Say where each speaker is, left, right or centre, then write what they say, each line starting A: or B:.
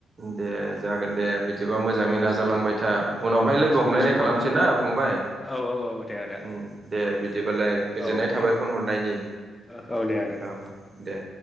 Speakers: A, on the right (about 45°); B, on the left (about 20°).
A: दे जागोन दे बिद दिबा मोजांङै
B: औ औ
A: नाजालांबाय
B: सान
A: था
B: औ
A: उनावहाय
B: औ
A: लोगो
B: सानसे
A: हमलायनाय
B: समाव
A: खालामसै ना फंबाय
B: औ औ दे आदा
A: ओम दे बिदिबालाय
B: औ
A: गोजोननाय
B: दे
A: थाबाय फन हरनायनि
B: औ दे आदा दे
A: औ दे।